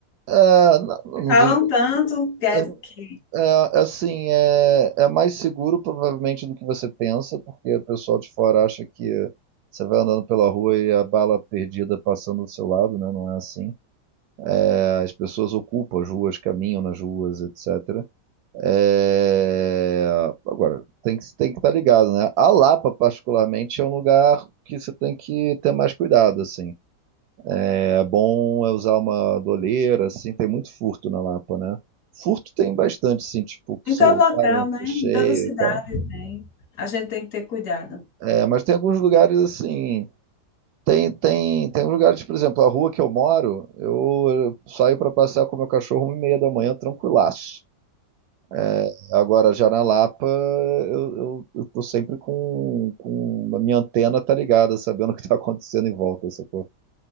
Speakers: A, on the right; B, on the left.
A: é, não, não
B: Falam
A: digo-
B: tanto que, é-
A: é,
B: que
A: É, assim, é, é mais seguro provavelmente do que você pensa, porque o pessoal de fora acha que você vai andando pela rua e a bala perdida passando do seu lado, né? Não é assim. É, As pessoas ocupam as ruas, caminham nas ruas, etc. É, Agora, tem que, tem que estar ligado, né? A Lapa, particularmente, é um lugar que você tem que ter mais cuidado, assim. É bom é usar uma doleira, assim, tem muito furto na Lapa, né? Furto tem bastante, assim, tipo, com
B: em
A: celular
B: todo local,
A: em rua
B: né?
A: cheia
B: Em toda cidade
A: e tal.
B: tem. A gente tem que ter cuidado.
A: É, mas tem alguns lugares, assim, tem, tem, tem uns lugares, por exemplo, a rua que eu moro, eu saio para passear com meu cachorro uma e meia da manhã, tranquilaço. É, agora, já na Lapa, eu, eu, eu tô sempre com, com a minha antena tá ligada, sabendo <laughs> o que tá acontecendo em volta, sacou?